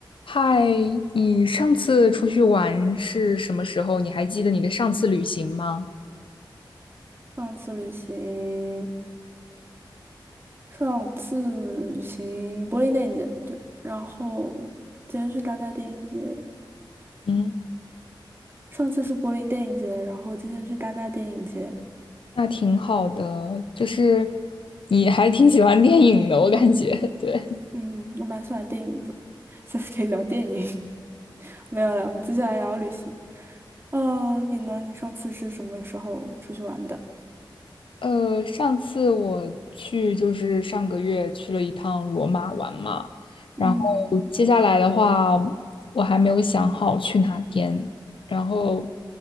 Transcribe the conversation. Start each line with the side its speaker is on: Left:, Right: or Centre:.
Left: 嗨，你上次出去玩是什么时候？你还记得你的上次旅行吗？
Right: 上次旅行，上次旅行柏林电影节，对，然后今天是戛纳电影节，
Left: 嗯，
Right: 上次是柏林电影节，然后今天是戛纳电影节。
Left: 那挺好的，就是你还挺喜欢电影的，我感觉。<laughs> 对，
Right: 嗯，我蛮喜欢电影的，下次可以聊电影。<laughs> 没有了，我们接下来聊旅行。呃，你呢？你上次是什么时候出去玩的？
Left: 呃，上次我去就是上个月去了一趟罗马玩嘛，
Right: 嗯，
Left: 然后接下来的话我还没有想好去哪边，然后